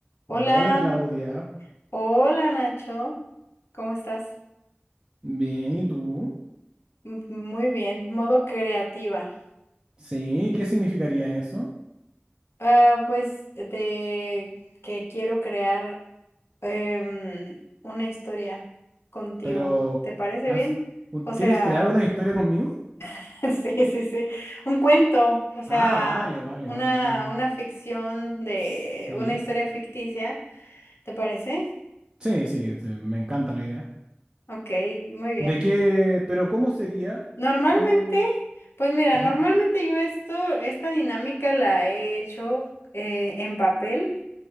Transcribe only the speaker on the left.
Hola,
hola Nacho, ¿cómo estás?
M- Muy bien, modo creativa.
Ah, pues de que quiero crear em, una historia contigo,
¿te parece
bien?
O sea,
<laughs> sí, sí, sí, un cuento, o sea,
una,
una ficción de
una historia ficticia, ¿te parece?
Ok, muy bien.
Normalmente,
pues mira,
normalmente yo esto, esta dinámica la he hecho eh, en papel